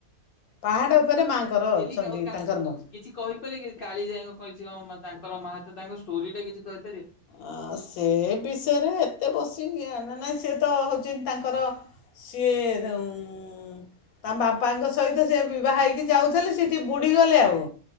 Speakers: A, on the left (about 85°); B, on the left (about 65°).
A: ପାହାଡ଼ ଉପରେ ମାଆଙ୍କର ଅଛନ୍ତି
B: ିଲ ଆଉ କିଛି
A: ତାଙ୍କର ମୂର୍ତ୍ତି
B: କହିପାରେ କି କାଳି ଯାକ କଛି କ ତାଙ୍କର ମାହା ତାଙ୍କ ଷ୍ଟୋରି ଟା କିଛି ତ
A: ଆ ସେ ବିଷୟରେ ଏତେ ବସିକି ନା ନାଇଁ ସିଏ ତ ହଉ ତାଙ୍କର ସିଏ ତାଙ୍କ ବାପାଙ୍କ ସହିତ ସେ ବିବାହ ହେଇକି ଯାଉଥିଲେ ସେଠି ବୁଡ଼ିଗଲେ ଆଉ।